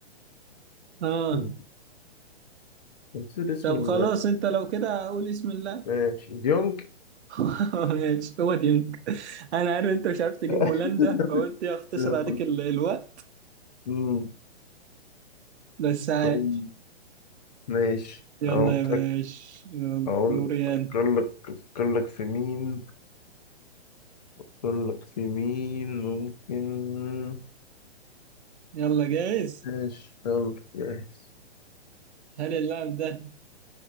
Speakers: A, on the right; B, on the left.
A: اه
B: مم. نسيت اسم
A: طب
B: ال
A: خلاص انت لو كده قول اسم الله
B: ماشي ديونج
A: <laughs> ماشي هو ديونج انا عارف انت مش عارف تجيب
B: <laughs>
A: هولندا فقلت يا اختصر عليك ال- الوقت
B: أمم،
A: بس عايش
B: طيب ماشي
A: يلا
B: أنا قلتلك
A: يا باشا يلا
B: أقول
A: دوريان
B: أفكر لك أفكر لك في مين أفكر لك في مين ممكن
A: يلا جاهز
B: ماشي يلا جاهز
A: هل اللاعب ده